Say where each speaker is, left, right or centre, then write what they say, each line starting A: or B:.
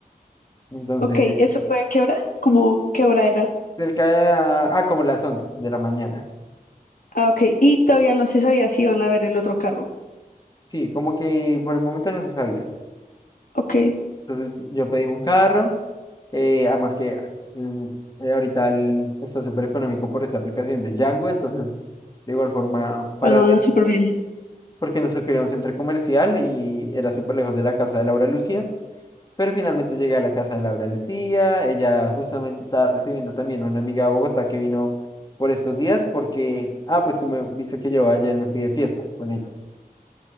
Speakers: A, on the left; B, on the left.
A: Entonces,
B: Ok, ¿eso fue a qué hora? ¿Cómo qué hora era?
A: cerca de, la- ah, como las once de la mañana.
B: Ah, ok. Y todavía no se sabía si iban a ver el otro carro.
A: Sí, como que por el momento no se sabía.
B: Ok.
A: Entonces yo pedí un carro, eh, además que mm, eh, ahorita el- está súper económico por esta aplicación de Django, entonces de igual forma para
B: Ah,
A: la...
B: súper bien.
A: porque nos quería un centro comercial y era súper lejos de la casa de Laura Lucía. Pero finalmente llegué a la casa de Laura Lucía. Ella justamente estaba recibiendo también una amiga de Bogotá que vino por estos días porque, ah, pues tú me viste que yo ayer me fui de fiesta con ellas.